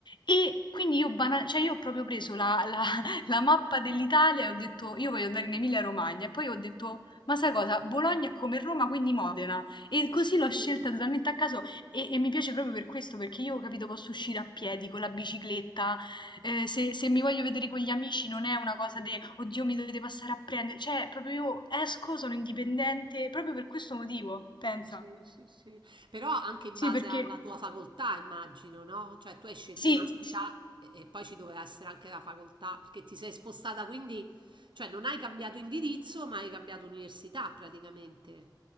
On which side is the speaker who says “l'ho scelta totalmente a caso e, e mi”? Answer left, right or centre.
Left